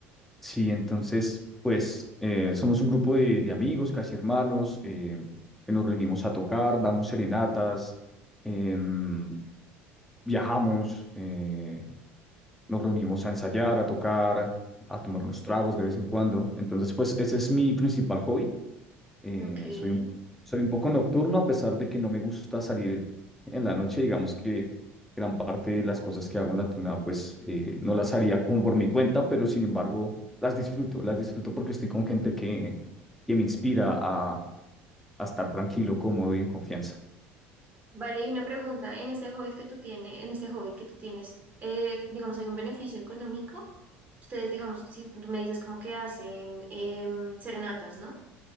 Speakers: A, in the centre; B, on the right.
A: sí, entonces, pues eh, somos un grupo de, de amigos, casi hermanos, em, que nos reunimos a tocar, damos serenatas, em, viajamos. eh, nos reunimos a ensayar, a tocar, a tomar unos tragos de vez en cuando. Entonces, pues ese es mi principal hobby. Eh,
B: Okay.
A: soy un, soy un poco nocturno a pesar de que no me gusta salir en la noche. Digamos que gran parte de las cosas que hago en la tuna, pues eh, no las haría como por mi cuenta, pero sin embargo las disfruto, las disfruto porque estoy con gente que, que me inspira a, a estar tranquilo, cómodo y en confianza.
B: Vale, y una pregunta, en este hobby que tú tienes, en este hobby que tú tienes, eh, digamos, ¿hay un beneficio económico? Ustedes, digamos, si tú me dices como que hacen em, serenatas, ¿no?